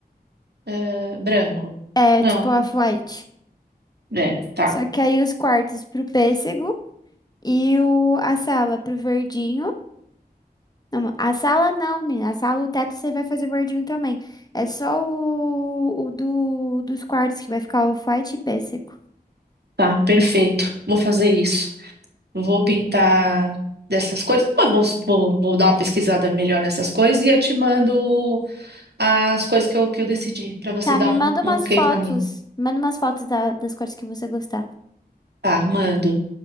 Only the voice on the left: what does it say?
É
tipo a flight.
Só que aí os quartos pro pêssego e o, a sala pro verdinho. Não, a sala não, menina. A sala, o teto você vai fazer verdinho também. É só o, o do, dos quartos que vai ficar o white e pêssego.
Tá,
me
manda
umas
fotos.
Manda umas fotos da- das cores que você gostar.